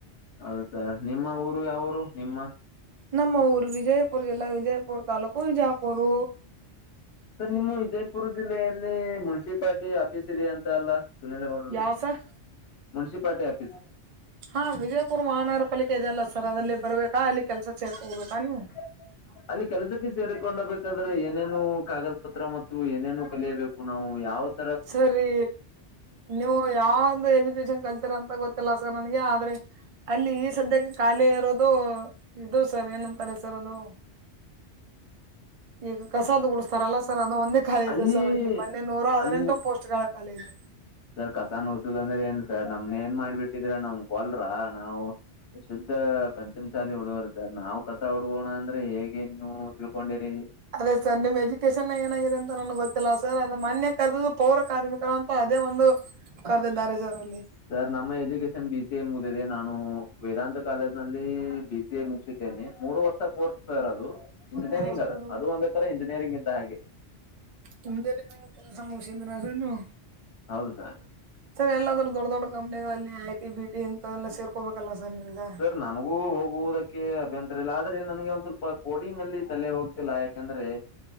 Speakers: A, on the left (about 65°); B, on the right (about 50°).
A: ಹೌದು ಸರ್ ನಿಮ್ಮ ಊರು ಯಾವೂರು ನಿಮ್ಮ
B: ನಮ್ಮ ಊರ್ ವಿಜಯಪುರಜಿಲ್ಲಾ ವಿಜಯಪುರ್ ತಾಲೂಕು ವಿಜಾಪುರ್
A: ಸರ್ ನಿಮ್ಮ ವಿಜಯಪುರ ಜಿಲ್ಲೆಯಲ್ಲಿ ಮುನ್ಸಿಪಲ್ಟಿ ಆಫೀಸ್ ಇದೆ ಅಂತ ಅಲ್ಲ ಸುನೀಲಗೌಡ್ರು
B: ಯಾವ ಸರ್
A: ಮುನ್ಸಿಪಾಲಿಟಿ ಆಫೀಸ್
B: ಹಾ ವಿಜಯಪುರ್ ಮಹಾನಗರ ಪಾಲಿಕೆ ಇದೆೆಯಲ್ಲ ಸರ್ ಅದಲ್ಲಿ ಬರ್ಬೇಕಾ ಅಲ್ಲಿ ಕೆಲ್ಸ ಸೇರ್ಕ ಬೇಕಾ ನೀವು
A: ಹ ಅಲ್ಲಿ ಕೆಲಸಕ್ಕೆ ಸೇರಿಕೊಂಡಬೇಕಾದ್ರೆ ಏನೇನು ಕಾಗದ ಪತ್ರ ಮತ್ತು ಏನೇನು ಕಲಿಯಬೇಕು ನಾವು ಯಾವತ್
B: ಸರಿ ನೀವು ಯಾವಂದ ಎಜುಕೇಶನ್ ಕಲ್ತರಂತ ಗೊತ್ತಿಲ್ಲ ಸರ್ ನನಗೆ ಆದ್ರೆ ಅಲ್ಲಿ ಈ ಸದ್ಯಕ್ಕೆ ಖಾಲಿ ಇರೋದು ಇದು ಸರ್ ಏನಂತ ಸರಿ ಸರ್ ಅದು ಈಗ ಕಸದ ಗುಡ್ಸ್ತಾರಲ್ಲ ಸರ್ ಅದು ಒಂದೇ ಖಾಲಿ
A: ಅಲ್ಲಿ
B: ಇದೆ ಸರ್ ಇಲ್ಲಿ ಮೊನ್ನೆ ನೂರ ಹದಿನೆಂಟು
A: ಅಲ್ಲಿ
B: ಪೋಸ್ಟ್ ಗಳ ಕಾಲ ಇದೆ
A: ಸರ್ ಕಸಾನ್ ಉಸೂಲ್ ಅಂದ್ರೆ ಏನ್ ಸರ್ ನಮ್ನ ಏನ್ ಮಾಡ್ಬಿಟ್ಟಿದ್ರ ನಮ್ಗ್ಗೊಲ್ರ ನಾವು ಶುದ್ಧ ಪಂಚಮಸಾಲಿ ಹುಡುಗರು ನಾವು ಕಸ ಹುಡುಗೋಣ ಅಂದ್ರೆ ಹೇಗೆ ನೀವು ತಿಳ್ಕೊಂಡಿರಿ
B: ಅದೇ ಸರ್ ನಿಮ್ ಎಜುಕೇಶನ್ ಏನಾಗಿದೆ ಅಂತ ನನ್ಗೆ ಗೊತ್ತಿಲ್ಲ ಸರ್ ಅದು ಮೊನ್ನೆ ಕರೆದ ಪೌರ ಕಾರ್ಮಿಕರು ಅಂತ ಅದೇ ಒಂದು ಕರೆದಿದ್ದಾರೆ ಸರ್ ಅಲ್ಲಿ
A: ಸರ್ ನಮ್ಮ ಎಜುಕೇಶನ್ ಬಿ ಸಿ ಎ ಮುಗ್ದಿದೆ ನಾನು ವೇದಾಂತ ಕಾಲೇಜ್ ನಲ್ಲಿ ಬಿ ಬಿ ಎ ಮುಗಿಸಿದ್ದೇನೆ ಮೂರುವತ್ತು ಅದು ಹೊಸ ಕೋರ್ಸ್ ಸರ್ ಅದು ಇಂಜಿನಿಯರಿಂಗ್
B: ಹೌದು
A: ಅದ
B: ಸರ್
A: ಅದು ಒಂದೇ ತರ ಇಂಜಿನಿಯರಿಂಗ್ ಇದ್ದ ಹಾಗೆ
B: ಮುಂಜೆನಿಂದ ಕೆಲಸ ಮುಗಿಸಿದೆನಂದು
A: ಹೌದು ಸಾರ್
B: ಸರ್ ಎಲ್ಲಾದರೂ ದೊಡ್ಡ ದೊಡ್ ಕಂಪನಿಗಳಲ್ಲಿ ಐಟ ಬಿಟಿ ಇಂತ ಎಲ್ಲ ಸೇರ್ ಹೋಗ ಬೇಕಲ್ಲ ಸರ್ ನೀವ ಈಗ
A: ಸರ್ ನನಗೂ ಹೋಗುವುದಕ್ಕೆ ಅಭ್ಯಂತರ ಆದ್ರೆ ನನಗೆ ಸ್ವಲ್ಪ ಕೋಡಿಂಗ್ ಅಲ್ಲಿ ತಲೆ ಹೋಗ್ತಿಲ್ಲ ಯಾಕೆಂದ್ರೆ